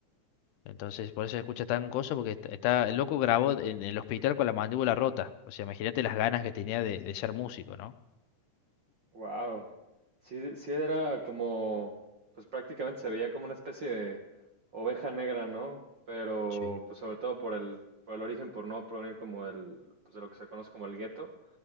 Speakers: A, on the left; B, on the right.
A: Entonces, por eso se escucha tan gozo, porque est- está, el loco grabó en el hospital con la mandíbula rota. O sea, imagínate las ganas que tenía de, de ser músico, ¿no?
B: Wow. Sí, sí era como, pues prácticamente se veía como una especie de oveja negra, ¿no? Pero
A: Sí.
B: pues sobre todo por el, por el origen, por no provenir como el, pues de lo que se conoce como el gueto.